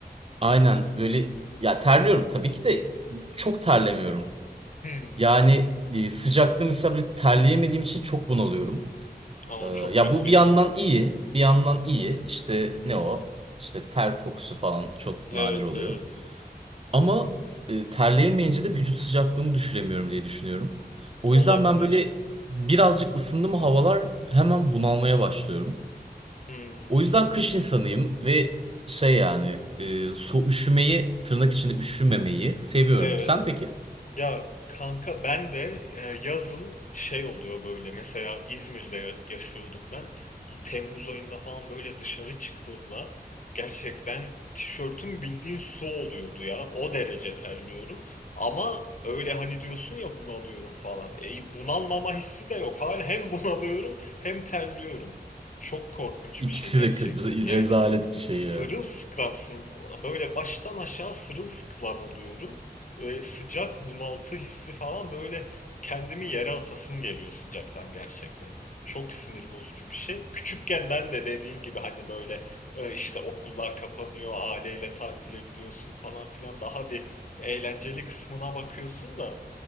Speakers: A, on the right (about 35°); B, on the left (about 50°).
A: Aynen böyle ya terliyorum tabii ki de çok terlemiyorum.
B: Hmm.
A: Yani e, sıcakta mesela böyle terleyemediğim için çok bunalıyorum.
B: Ama
A: Ee, ya
B: çok kötü
A: bu bir
B: ya.
A: yandan iyi, bir yandan iyi. İşte
B: Hı hı.
A: ne o? İşte ter kokusu falan çok
B: Evet,
A: nadir oluyor.
B: evet.
A: Ama e, terleyemeyince de vücut sıcaklığımı düşüremiyorum diye düşünüyorum. O
B: Olabilir.
A: yüzden ben böyle birazcık ısındı mı havalar hemen bunalmaya başlıyorum.
B: Hmm.
A: O yüzden kış insanıyım ve şey yani e, so üşümeyi tırnak içinde üşümemeyi seviyorum.
B: Evet.
A: Sen peki?
B: Ya kanka ben de e, yazın şey oluyor böyle mesela İzmir'de ya- yaşıyordum ben Bir Temmuz ayında falan böyle dışarı çıktığımda gerçekten tişörtüm bildiğin su oluyordu ya o derece terliyorum ama öyle hani diyorsun ya bunalıyorum falan e, bunalmama hissi de yok hala hem <laughs> bunalıyorum hem terliyorum çok korkunç
A: İkisi
B: bir şey gerçekten
A: de kötü. Bize-
B: yani
A: Rezalet bir şey
B: sırılsıklamsın
A: ya.
B: böyle baştan aşağı sırılsıklam oluyorum e, sıcak bunaltı hissi falan böyle kendimi yere atasım geliyor sıcaktan gerçekten. Çok sinir bozucu bir şey. Küçükken ben de dediğin gibi hani böyle e, işte okullar kapanıyor, aileyle tatile gidiyorsun falan filan daha bir eğlenceli kısmına bakıyorsun da